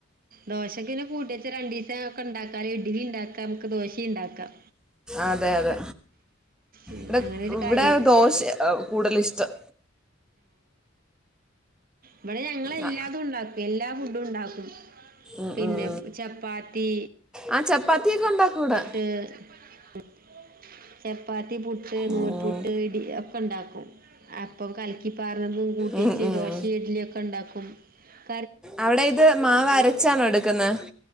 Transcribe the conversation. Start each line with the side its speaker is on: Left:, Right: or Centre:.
Right: ദോശക്ക് പിന്നെ കൂട്ടി വെച്ചാ രണ്ടീസം റ്റാ ഒക്കെന ഇണ്ടാക്കാലോ ഇഡ്ഡലി ഇണ്ടാക്കാം നമുക്ക് ദോശേം ഇണ്ടാക്കാം
Centre: അതെ അതെ
Right: ഉം
Centre: വിടെ
Right: അങ്ങനെ ഒരു
Centre: ഇവിടെ
Right: കാര്യണ്ട്
Centre: ദോശയാ കൂടുതൽ ഇഷ്ടം
Right: ഇവടെ ഞങ്ങളെല്ലാതും
Centre: ആ,
Right: ഉണ്ടാക്കും എല്ലാ ഫുഡും ഉണ്ടാക്കും.
Centre: ഉം,
Right: പിന്നെ
Centre: ഉം.
Right: പ് ചപ്പാത്തി
Centre: ആ ചപ്പാത്തിയൊക്കെ ഉണ്ടാക്കും
Right: ട്ട്
Centre: ഇവിടെ
Right: ചെപ്പാ ത്തി പുട്ട് നൂൽപുട്ട്
Centre: ഉം,
Right: ഇടി ഒക്കെ ഉണ്ടാക് അപ്പം കൽക്കി പാ ന്നും കൂട്ടീച്ച്
Centre: ഉം, ഉം.
Right: ദോശേം ഇഡ്ഡലീം ഒക്കെ ഉണ്ടാക്കും. പോം
Centre: അവിടെ ഇത് മാവ് അരച്ചാണോ എടുക്കുന്നേ?